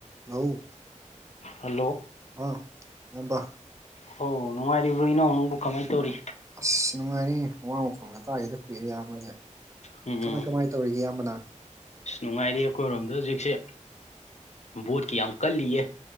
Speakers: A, on the right; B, on the left.
A: ꯅꯎ
B: hello
A: ꯑꯥ ꯑꯗ
B: ꯍ ꯅꯨꯡꯉꯥꯏꯔꯤꯕ꯭ꯔꯣ ꯏꯅꯧ ꯅꯪꯕꯨ ꯀꯃꯥꯏꯅ ꯇꯧꯔꯤ
A: ꯑꯁ ꯅꯨꯡꯉꯥꯏꯔꯤ ꯑꯋꯥꯡ ꯃꯈꯣꯡꯗ ꯇꯥꯒꯦꯗ ꯀꯨ ꯑꯦꯔꯤꯌꯥ ꯑꯃꯅꯦꯦ
B: ꯎꯝ
A: ꯀꯃꯥꯏ
B: ꯎꯝ
A: ꯀꯃꯥꯏ ꯇꯧꯔꯤꯒꯦ ꯑꯌꯥꯝꯕꯅ
B: ꯑꯁ ꯅꯨꯡꯉꯥꯏꯔꯤ ꯑꯩꯈꯣꯏꯔꯣꯝꯗ ꯍꯧꯖꯤꯛꯁꯦ ꯕꯣꯠꯀꯤ ꯌꯥꯝ ꯀꯜꯂꯤꯌꯦ